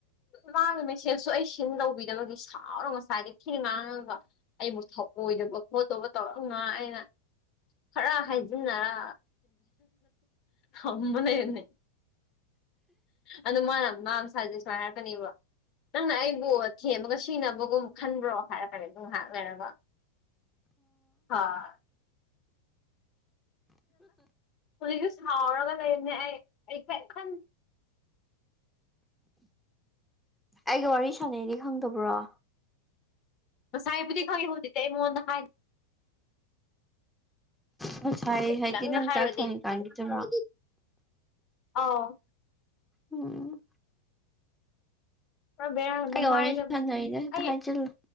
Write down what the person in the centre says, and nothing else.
ꯑꯩꯒ ꯋꯥꯔꯤ ꯁꯥꯟꯅꯩꯗꯤ ꯈꯪꯗꯕ꯭ꯔꯣ
ꯉꯁꯥꯏ ꯍꯥꯏꯗꯤ
ꯅꯪ
ꯆꯥꯛ ꯊꯣꯡꯉꯤꯀꯥꯟꯒꯤꯗꯔꯣ
ꯎꯝ
ꯑꯩꯒ ꯋꯥꯔꯤ
ꯁꯥꯟꯅꯔꯤꯅꯦ ꯍꯦꯛꯇ
ꯍꯥꯏꯖꯤꯜꯂꯨ